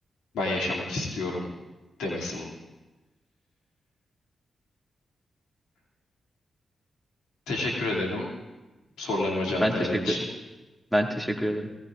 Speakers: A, on the left; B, in the centre.
A: Ben yaşamak istiyorum demesinin. Teşekkür ederim sorularıma cevap
B: Ben
A: verdiğin
B: teşekkür
A: için.
B: ben teşekkür ederim.